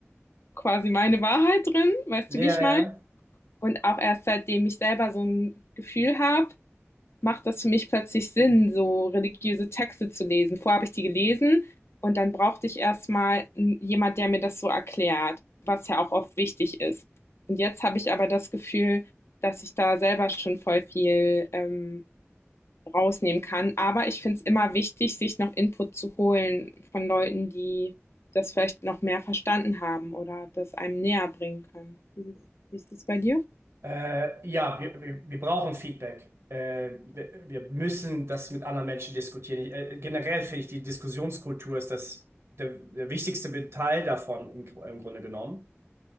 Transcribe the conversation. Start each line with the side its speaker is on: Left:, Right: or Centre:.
Left: quasi meine Wahrheit drin, weißt
Right: Ja
Left: du, wie ich meine?
Right: Ja,
Left: Und auch erst seitdem ich selber so ein Gefühl habe, macht das für mich plötzlich Sinn, so religiöse Texte zu lesen. Vorher habe ich die gelesen und dann brauchte ich erstmal jemand, der mir das so erklärt, was ja auch oft wichtig ist. Und jetzt habe ich aber das Gefühl, dass ich da selber schon voll viel ähm, rausnehmen kann. Aber ich finde es immer wichtig, sich noch Input zu holen von Leuten, die das vielleicht noch mehr verstanden haben oder das einem näher bringen können. Wie, wie ist es bei dir?
Right: Äh, ja, wir, wir, wir brauchen Feedback. Äh, wir, wir müssen das mit anderen Menschen diskutieren. Äh, generell finde ich, die Diskussionskultur ist das, der, der wichtigste Teil davon im, im Grunde genommen.